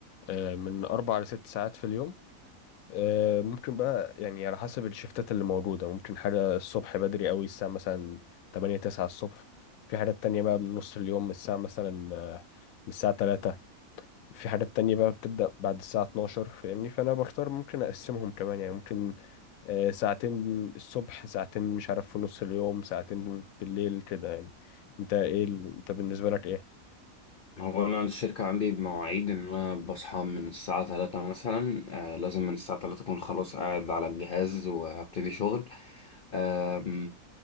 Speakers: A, on the left; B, on the left.
A: آه، من اربع لست ساعات في اليوم آه، ممكن بقى يعني على حسب الشفتات اللي موجودة ممكن حاجة الصبح بدري قوي الساعة مثلا تمانية تسعة الصبح في حاجات تانية بقى من نص اليوم من الساعة مثلا آه، من الساعة تلاتة في حاجات تانية بقى بتبدأ بعد الساعة اتناشر فاهمني فأنا بختار ممكن أقسمهم كمان يعني ممكن آه، ساعتين الصبح ساعتين مش عارف في نص اليوم ساعتين بالليل كده يعني أنت إيه ال- أنت بالنسبة لك إيه؟
B: هو أنا الشركة عندي بمواعيد إن أنا بصحى من الساعة تلاتة مثلا آه لازم من الساعة تلاتة أكون خلاص قاعد على الجهاز وأبتدي شغل آم،